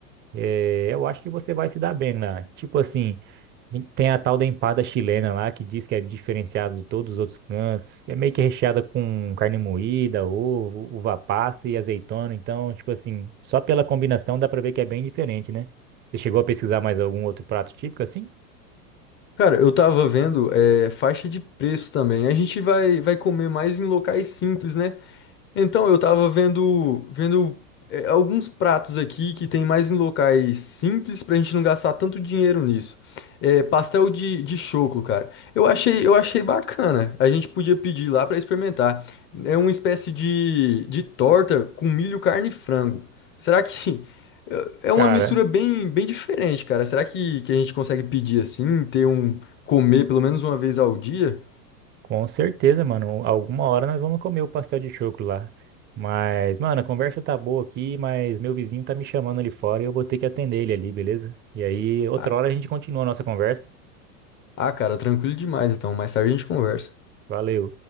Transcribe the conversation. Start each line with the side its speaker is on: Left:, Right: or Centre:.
Right: É, eu acho que você vai se dar bem lá. Tipo assim, a gente tem a tal da empada chilena lá, que diz que é diferenciada de todos os outros cantos. É meio que recheada com carne moída, ovo, uva passa e azeitona. Então, tipo assim, só pela combinação dá pra ver que é bem diferente, né? Você chegou a pesquisar mais algum outro prato típico assim?
Left: Cara, eu tava vendo, é, faixa de preço também. A gente vai, vai comer mais em locais simples, né? Então, eu tava vendo, vendo é, alguns pratos aqui que tem mais em locais simples pra gente não gastar tanto dinheiro nisso. É, pastel de, de choclo, cara. Eu achei, eu achei bacana. A gente podia pedir lá pra experimentar. É uma espécie de, de torta com milho, carne e frango. Será que <laughs> é uma
Right: Cara,
Left: mistura bem, bem diferente, cara? Será que, que a gente consegue pedir assim, ter um comer pelo menos uma vez ao dia?
Right: Com certeza, mano. Alguma hora nós vamos comer o pastel de choco lá. Mas, mano, a conversa tá boa aqui, mas meu vizinho tá me chamando ali fora e eu vou ter que atender ele ali, beleza? E aí, outra
Left: Ah,
Right: hora a gente continua a nossa conversa.
Left: ah, cara, tranquilo demais então. Mais tarde a gente conversa.
Right: Valeu.